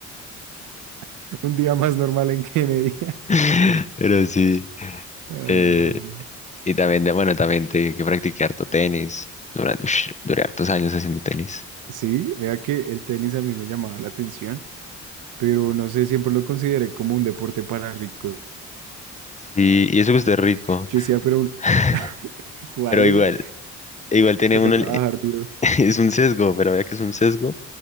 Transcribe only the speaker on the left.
<laughs> Pero sí.
eh,
y también, de- bueno, también te que practicar harto tenis. Durante, ush, duré hartos años haciendo tenis.
Sí, y eso que usted es rico.
<laughs>
Pero
igual, igual tiene
uno,
el- <laughs>
es un sesgo, pero vea que es un sesgo,